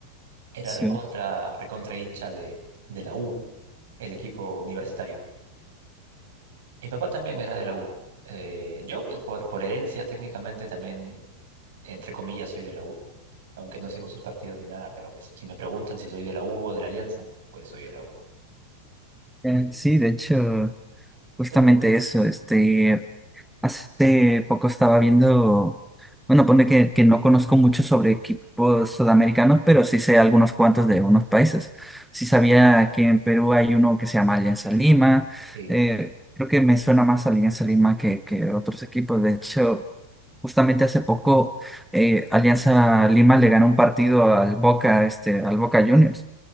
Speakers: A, on the right (about 60°); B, in the centre.
A: Era
B: Sí,
A: recontra, recontra hincha de, de la U, el equipo universitario. Mi papá también era de la U. Eh, yo, pues, por, por herencia, técnicamente también, entre comillas, soy de la U. Aunque no sigo sus partidos ni nada, pero pues, si me preguntan si soy de la U o de la Alianza, pues soy de la U.
B: Eh,
A: Y
B: sí, de hecho, justamente
A: tú eres-
B: eso, este. Hace poco estaba viendo, bueno, pone que, que no conozco mucho sobre equipos sudamericanos, pero sí sé algunos cuantos de unos países. Sí sabía
A: Ajá,
B: que en Perú hay uno que se llama Alianza Lima.
A: sí.
B: eh, creo que me suena más Alianza Lima que, que otros equipos. De hecho, justamente hace poco eh, Alianza Lima le ganó un partido al Boca, este, al Boca Juniors.